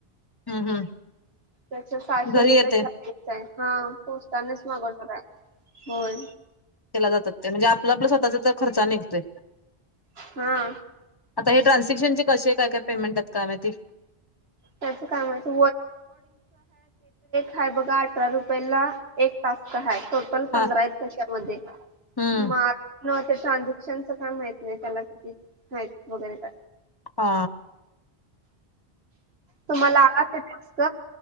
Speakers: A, on the left; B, on the right.
A: हम्म हम्म
B: त्याच्या सहाशे
A: घरी
B: रुपये
A: येते
B: चार्जेस आहे हा पोचतानाच मागवणार आहे होय
A: केला जातात ते म्हणजे आपलं आपलं स्वतःचा खर्च निघतो
B: हा
A: आता हे ट्रान्सॅक्शनचे कसे काय काय पेमेंट आहेत काय मा ते
B: त्याचं काय माहिती हाय बघा अठरा रुपये ला एक तासक ह टोटल पंधरा
A: हा
B: आहेत तशामध्ये
A: हम्म
B: म न ते ट्रानझॅक्शनच काय माहित नाही त्याला किती मा वगैरे का
A: हा
B: तुम्हाला आला जास्त